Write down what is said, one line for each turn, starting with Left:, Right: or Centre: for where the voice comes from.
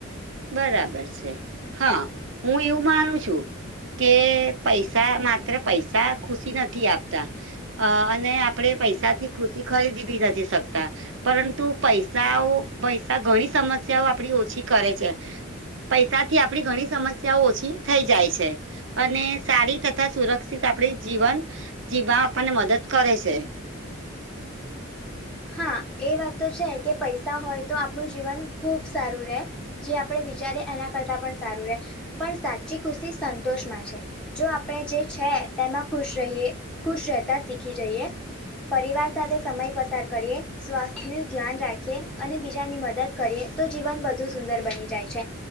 Right: બરાબર છે, હા, હું એવું માનું છું. કે પૈસા માત્ર પૈસા ખુશી નથી આપતા. અ અને આપડે પૈસા થી ખુશી ખરીદી ભી નથી શકતા. પરંતુ પૈસાઓ પૈસા ઘણી સમસ્યાઓ આપડી ઓછી કરે છે. પૈસાથી આપડી ઘણી સમસ્યાઓ ઓછી થઈ જાય છે. અને સારી તથા સુરક્ષિત આપણી જીવન જીવવા આપણને મદદ કરે છે.
Centre: હા, એ વાત તો છે કે પૈસા હોય તો આપણું જીવન ખુબ સારું રે. જે આપણે વિચારીએ એના કરતાં પણ સારું રહે પણ સાચી ખુશી સંતોષમાં છે. જો આપણે જે છે તેમાં ખુશ રહીયે ખુશ રહેતા શીખી જઈએ. પરિવાર સાથે સમય પસાર કરીએ. સ્વાસ્થ્યનું ધ્યાન રાખીએ, અને બીજાની મદદ કરીએ, તો જીવન વધુ સુંદર બની જાય છે.